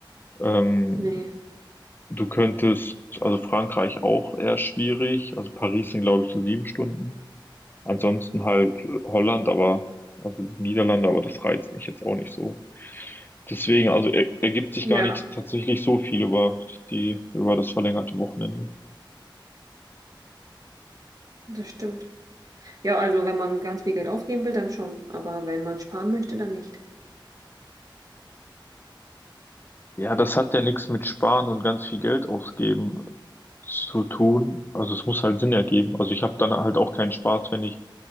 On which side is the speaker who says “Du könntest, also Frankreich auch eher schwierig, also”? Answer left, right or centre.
Left